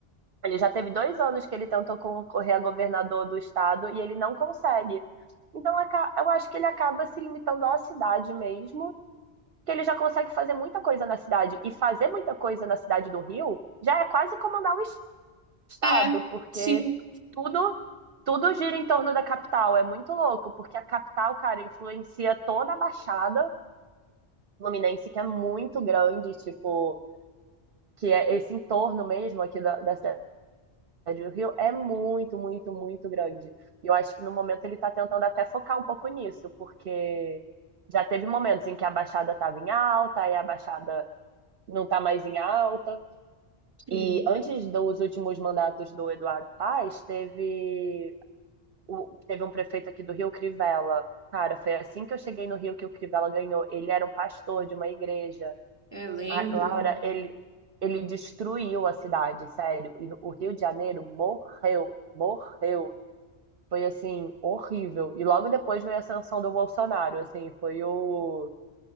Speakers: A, on the right; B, on the right.
A: Ele já teve dois anos que ele tentou concorrer a governador do estado e ele não consegue. Então, aca- eu acho que ele acaba se limitando à cidade mesmo, que ele já consegue fazer muita coisa na cidade. E fazer muita coisa na cidade do Rio já é quase comandar o es- estado,
B: é,
A: porque
B: sim,
A: tudo, tudo gira em torno da capital. É muito louco, porque a capital, cara, influencia toda a Baixada Fluminense, que é muito grande, tipo, que é esse entorno mesmo aqui da, da cidade do Rio é muito, muito, muito grande. E eu acho que no momento ele está tentando até focar um pouco nisso, porque já teve momentos em que a Baixada estava em alta, aí a Baixada não está mais em alta.
B: sim.
A: E antes dos últimos mandatos do Eduardo Paes, teve, o- teve um prefeito aqui do Rio, Crivella. Cara, foi assim que eu cheguei no Rio que o Crivella ganhou. Ele era um pastor de uma igreja.
B: É, lembro.
A: A Laura, ele, ele destruiu a cidade, sério. E o Rio de Janeiro morreu, morreu. Foi assim, horrível. E logo depois veio a ascensão do Bolsonaro, assim, foi o